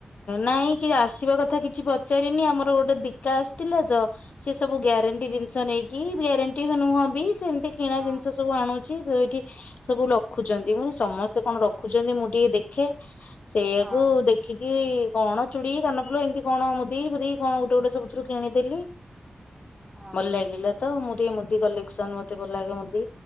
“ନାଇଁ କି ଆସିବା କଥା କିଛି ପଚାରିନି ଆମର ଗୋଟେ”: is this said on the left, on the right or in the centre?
Left